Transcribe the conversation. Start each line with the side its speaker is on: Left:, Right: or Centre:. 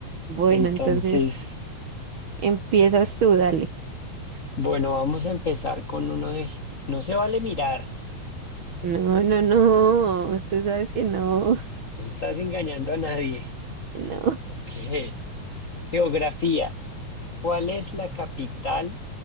Right: Bueno,
Left: Entonces...
Right: entonces empiezas tú, dale.
Left: Bueno, vamos a empezar con uno de... No se vale mirar,
Right: No, no, no, tú sabes que no,
Left: no estás engañando a nadie.
Right: <laughs> no.
Left: Ok. Geografía. ¿Cuál es la capital